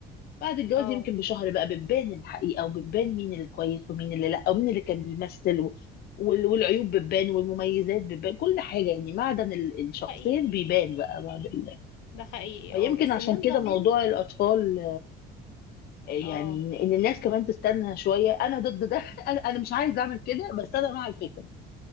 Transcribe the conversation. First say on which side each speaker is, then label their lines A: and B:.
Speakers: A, on the left; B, on the left.
A: بعد الجواز
B: اه
A: يمكن بشهر بقى بتبان الحقيقة وبتبان مين الكويس ومين اللي لا ومين اللي كان بيمثل و- وال- والعيوب بتبان والمميزات بتبان كل حاجة يعني معدن ال- الشخصين
B: حقيقي
A: بيبان بقى بعد ال...
B: ده حقيقي
A: فيمكن
B: اه بس
A: عشان
B: الناس
A: كده
B: زمان
A: موضوع الأطفال آه، يعني
B: اه
A: إن الناس كمان تستنى شوية أنا ضد ده <laughs> أنا أنا مش عايزة أعمل كده بس أنا مع الفكرة